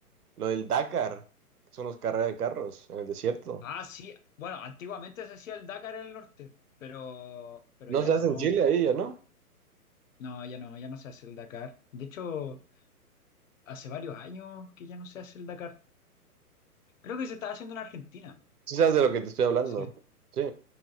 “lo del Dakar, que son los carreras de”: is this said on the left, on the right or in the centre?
Right